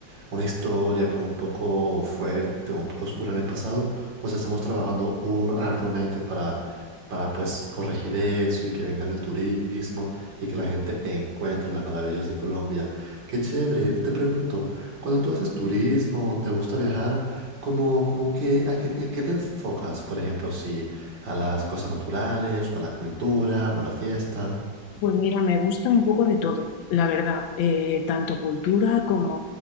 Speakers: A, on the right (about 70°); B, on the left (about 80°).
A: una historia como un poco fuerte o un poco oscura en el pasado, pues estamos trabajando u- arduamente para, para pues corregir eso y que venga el turismo y que la gente encuentre las maravillas de Colombia. Qué chévere, te pregunto, cuando tú haces turismo o te gusta viajar, ¿cómo, cómo que, a qué, te- qué te enfocas? Por ejemplo, si a las cosas naturales, o a la cultura, o a la fiesta.
B: Pues mira, me gusta un poco de todo, la verdad. Eh, tanto cultura como,